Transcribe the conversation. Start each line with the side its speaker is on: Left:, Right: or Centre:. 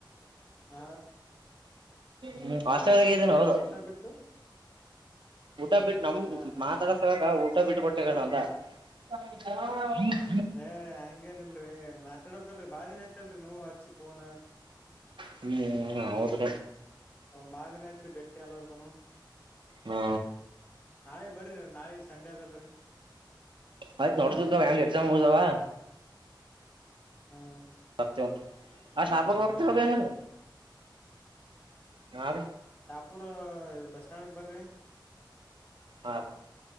Left: ಹಾ ಹ
Right: ಹ್ಮ
Left: ಹಾ
Right: ಆಸ್ದಾಗ ಇದೀನ
Left: ಏನ್ರಿ
Right: ಹೌದು
Left: ಊಟ ಬಿಟ್ಟು
Right: ಊಟ ಬಿಟ್ಟ ನಮ್
Left: ಹಾ ಹಾ
Right: ಮಾತಾಡಸ
Left: ಹಾ
Right: ಊಟ ಬಿಟ್ಟು ಕೊಟ್ಟವಣ ಅಂತ.
Left: ಮತ್
Right: <unintelligible>
Left: ಏ ಹಂಗೇನಿಲ್ರಿ ಮಾತಾಡಕ್ಲ್ರಿ ಬಾಳ್ದಿನ ಆಯ್ತಲ್ರರಿ ನೀವ್ ಹಚ್ಚಿ ಪೋನ.
Right: ಹ್ಮ ಅವೌದ.
Left: ಬಾಳ್ ದಿನ ಐತ್ರಿ ಬೆಟ್ಟಿ ಎಲ್ಲಾರ್ದನು.
Right: ಹಾ
Left: ನಾಳೆ ಬರ್ರಿ ನಾಳೆ ಸಂಡೆ ಅದಲ್ <unintelligible>
Right: ಆಯ್ತ್ ನೋಡ್ದಂಗ್ ಹೆಂಗ್ ಎಕ್ಸಾಮ್ ಹೊಯ್ ಅವಾ
Left: ಹಾ
Right: ಚೊಲ್ ಆ ಶಾಪುಕ್
Left: ಹಾ ಹಾ
Right: <unintelligible>
Left: ಹಾ
Right: ಹಾ
Left: ಪುರ ಬಸ್ ಸ್ಟ್ಯಾಂಡ್ಗ ಬರ್ರಿ.
Right: ಹಾ